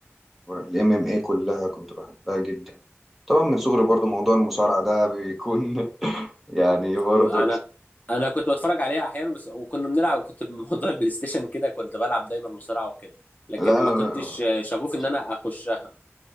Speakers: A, in the centre; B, on the left.
A: الام ام اي كلها كنت بحبها جدا طبعا من صغري برضو موضوع المصارعه ده بيكون <laughs> يعني برضو
B: ب- انا انا كنت بتفرج عليها احيانا بس وكنا بنلعب كنت بموضوع <laughs> البلاي ستيشن كده كنت بلعب دايما مصارعه وكده لكن
A: لا
B: ما
A: انا
B: كنتش شغوف
A: عشان
B: ان انا اخشها